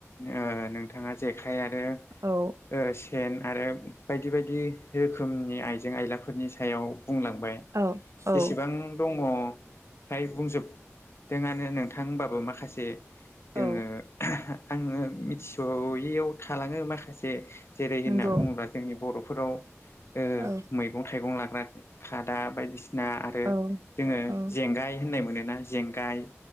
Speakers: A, on the left; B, on the right.
A: ओ नोंथा थाङा जेखाइ आरो
B: औ
A: ओ सेन आरो बायदि बायदि रोखोमनि आइजें आयलाफोरनि सायाव बुंलांबाय
B: औ औ
A: जेसेबां दङ' फ्राय बुंजोब दोंआनो नोंथां होमबाबो माखासे जोङो
B: औ
A: आङो मिथिस'यैआव थालाङो माखासे जेरै होनना
B: नंगौ
A: बा जोंनि बर'फोराव ओ
B: औ
A: मैगं थाइगं लाग्रा खादा बायदिसि ना आरो
B: औ
A: जोङो
B: औ
A: जेंगाय होननाय मोनोना जेंगाय